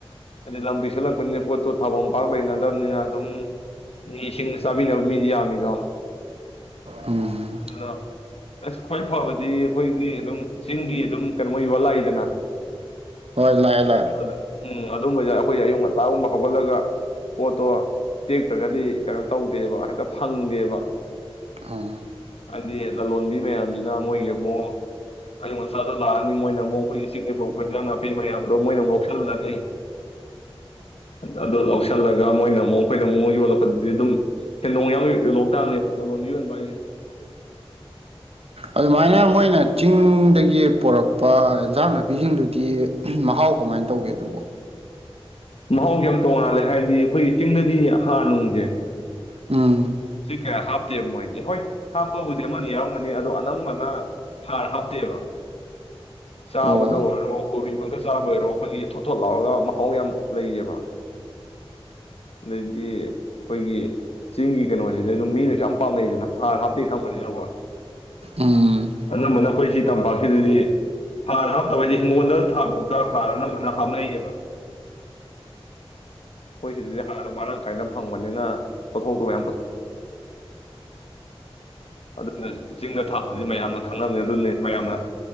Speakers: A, on the left; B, on the right.
A: ꯍꯥꯏꯗꯤ ꯂꯝ ꯄꯤꯁꯤꯟꯂꯛꯄꯅꯤꯅ ꯄꯣꯠꯇꯣ ꯊꯥꯕꯝ ꯄꯥꯛ ꯂꯩꯅꯗꯕꯅꯤꯅ ꯑꯗꯨꯝ ꯃꯤꯁꯤꯡ ꯆꯥꯕꯤꯅꯕ ꯃꯤꯗꯤ ꯌꯥꯝꯃꯤꯗꯣ
B: ꯎꯝ
A: ꯑꯗꯨꯗ ꯑꯁ ꯈ꯭ꯋꯥꯏ ꯐꯥꯕꯗꯤ ꯑꯩꯈꯣꯏꯒꯤ ꯑꯗꯨꯝ ꯆꯤꯡꯒꯤ ꯑꯗꯨꯝ ꯀꯩꯅꯣ ꯃꯣꯏ ꯌꯣꯜ ꯂꯥꯛꯏꯗꯅ
B: ꯍꯣꯏ ꯂꯥꯛꯑꯦ ꯂꯥꯛꯑꯦ
A: ꯑꯗ-ꯑꯗ ꯎꯝ ꯑꯗꯨꯝꯕꯌꯥꯏ ꯑꯩꯈꯣꯏ ꯑꯌꯨꯛ ꯉꯟꯇꯥꯒꯨꯝꯕ ꯍꯧꯒꯠꯂꯒ ꯄꯣꯠꯇꯣ ꯇꯦꯛꯇ꯭ꯔꯥꯒꯗꯤ ꯀꯩꯅꯣ ꯇꯧꯗꯦꯕ ꯍꯦꯛꯇ ꯐꯪꯗꯦꯕ
B: ꯎꯝ
A: ꯑꯗꯤ ꯂꯥꯂꯣꯟꯕꯤ ꯃꯥꯌꯥꯝꯖꯤꯅ ꯃꯣꯏꯒꯤ ꯃꯨꯛ ꯑꯌꯨꯛ ꯉꯟꯇꯥ ꯂꯥꯛꯑꯅꯤ ꯃꯣꯏꯅꯃꯨꯛ ꯑꯩꯈꯣꯏꯒꯤ ꯆꯤꯡꯗꯒꯤ ꯄꯨꯔꯛꯄ ꯍꯦꯟꯖꯥꯡ ꯅꯥꯄꯤ ꯃꯌꯥꯝꯗꯣ ꯃꯣꯏꯅꯃꯨꯛ ꯑꯗꯨꯂꯅꯤ ꯑꯗꯨ ꯑꯗꯣ ꯂꯧꯁꯤꯟꯂꯒ ꯃꯣꯏꯅꯃꯨꯛ ꯑꯩꯈꯣꯏꯗꯃꯨꯛ ꯌꯣꯟꯂꯛꯄꯗꯨꯗꯤ ꯑꯗꯨꯝ ꯁꯦꯟꯗꯣꯡ ꯌꯥꯎꯅ ꯌꯣꯟꯂꯛꯄ ꯇꯥꯕꯅꯦꯕ ꯂꯥꯂꯣꯟꯕꯤꯅ ꯌꯣꯟꯕ ꯍꯥꯏꯖꯦ꯫
B: ꯑꯗꯨꯃꯥꯏꯅ ꯃꯣꯏꯅ ꯆꯤꯡꯗꯒꯤ ꯄꯣꯔꯛꯄ ꯏꯟꯁꯥꯡ ꯅꯥꯄꯤꯁꯤꯡꯗꯨꯗꯤ ꯎꯝ ꯃꯍꯥꯎ ꯀꯃꯥꯏ ꯇꯧꯒꯦ ꯑꯗꯨꯕ‌ꯣ
A: ꯃꯍꯥꯎꯖꯤ ꯌꯥꯝ ꯇꯣꯉꯥꯜꯂꯦ ꯍꯥꯏꯗꯤ ꯑꯩꯈꯣꯏꯒꯤ ꯆꯤꯡꯗꯗꯤ ꯍꯥꯔ ꯅꯨꯡꯁꯦ
B: ꯎꯝ
A: ꯁꯤ ꯀꯌꯥ ꯍꯥꯞꯇꯦꯕ ꯃꯣꯏꯗꯤ ꯍꯣꯏ ꯍꯥꯞꯄꯕꯨꯗꯤ ꯑꯃ ꯑꯅꯤ ꯌꯥꯎꯔꯝꯒꯅꯤ ꯑꯗꯣ ꯑꯅꯝꯕꯅ ꯍꯥꯔ ꯍꯥꯞꯇꯦꯕ ꯆꯥꯕꯗꯣ
B: ꯑꯣ
A: ꯑꯣꯏꯔꯣ ꯀꯣꯕꯤ ꯃꯛꯇ ꯆꯥꯕꯗ ꯑꯣꯏꯔꯣ ꯑꯩꯈꯣꯏꯒꯤ ꯊꯣꯠ-ꯊꯣꯠ ꯂꯥꯎꯔꯒ ꯃꯍꯥꯎ ꯌꯥꯝ ꯂꯩꯌꯦꯕ ꯑꯗꯩꯗꯤ ꯑꯩꯈꯣꯏꯒꯤ ꯆꯤꯡꯒꯤ ꯀꯩꯅꯣꯁꯤꯗꯤ ꯑꯗꯨꯝ ꯃꯤꯅꯁꯨ ꯌꯥꯝ ꯄꯥꯝꯅꯩꯗꯅ ꯍꯥꯔ ꯍꯥꯞꯇꯦ ꯈꯪꯕꯅꯦꯅꯀꯣ
B: ꯎꯝ
A: ꯑꯅꯝꯕꯅ ꯑꯩꯈꯣꯏꯁꯤ ꯇꯝꯄꯥꯛꯁꯤꯗꯗꯤ ꯍꯥꯔ ꯍꯥꯞꯇꯕꯩꯗꯤ ꯍꯤꯡꯒꯣꯜꯗ ꯊꯥꯥꯕꯛꯇ ꯍꯥꯔ ꯑꯅꯝꯕꯅ ꯍꯥꯞꯅꯌꯦ ꯑꯩꯈꯣꯏꯁꯤꯗꯗꯤ ꯍꯥꯔ ꯃꯔꯥꯡ ꯀꯥꯏꯅ ꯐꯪꯕꯅꯦꯅ ꯄꯣꯊꯣꯛꯇꯣ ꯃꯌꯥꯝ <unintelligible> ꯑꯗꯨꯅꯤ ꯆꯤꯡꯗ ꯊꯕꯥꯗꯨꯗꯤ ꯃꯌꯥꯝꯅꯥ ꯈꯪꯅꯕꯅꯤꯅꯥ ꯑꯗꯅꯦ ꯃꯌꯥꯝꯅꯥ